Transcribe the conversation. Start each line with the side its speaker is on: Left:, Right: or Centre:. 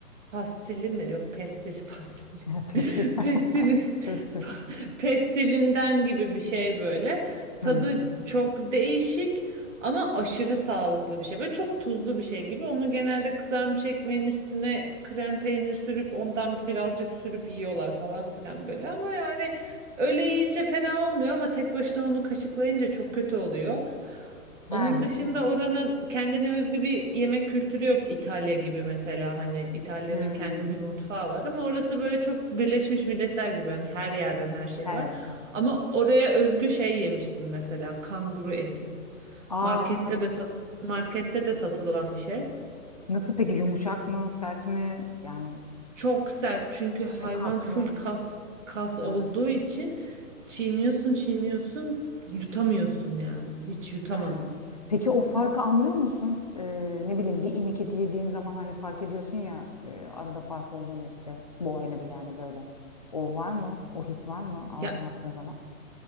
Right: Pastili mi? Yok pestil pastili.
Left: <laughs> Pestil.
Right: <laughs> Pestili
Left: <laughs> Pestil.
Right: <laughs> pestilinden gibi bir şey böyle.
Left: Hmm.
Right: Tadı çok değişik ama aşırı sağlıklı bir şey. Böyle çok tuzlu bir şey gibi. Onu genelde kızarmış ekmeğin üstüne krem peynir sürüp ondan birazcık sürüp yiyorlar falan filan böyle. Ama yani öyle yiyince fena olmuyor ama tek başına onu kaşıklayınca çok kötü oluyor.
Left: Ha.
Right: Onun dışında oranın kendine özgü bir yemek kültürü yok İtalya gibi mesela hani İtalya'nın
Left: Hmm.
Right: kendi bir mutfağı var ama orası böyle çok Birleşmiş Milletler gibi hani her yerden her şey
Left: Her
Right: var.
Left: yerden.
Right: Ama oraya özgü şey yemiştim mesela kanguru eti.
Left: Aa
Right: Markette
Left: nasıl?
Right: de sat- markette de satılan bir şey.
Left: Nasıl peki yumuşak mı, sert mi? Yani
Right: Çok sert çünkü hayvan
Left: Çünkü kaslı.
Right: full kas kas
Left: Evet.
Right: olduğu için çiğniyorsun çiğniyorsun yutamıyorsun yani. Hiç yutamadım.
Left: Ha. Peki o farkı anlıyor musun? Ee, ne bileyim bir inek eti yediğin zaman hani fark ediyorsun ya e, arada fark olduğunu işte boğayla bile hani böyle. O var mı? O his var mı
Right: Ya
Left: ağzına attığın zaman?